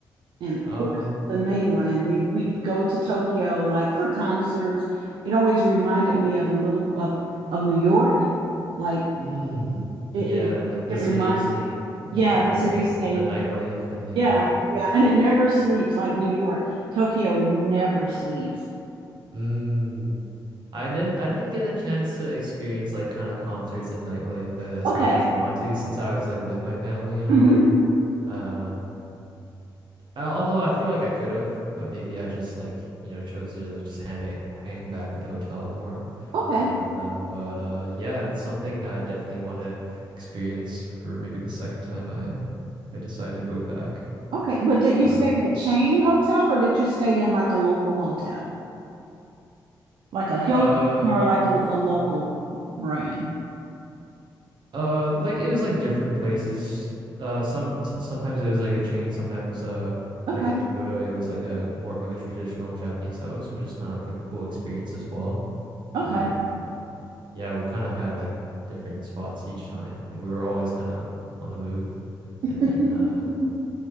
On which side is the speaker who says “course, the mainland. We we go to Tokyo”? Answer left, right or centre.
Right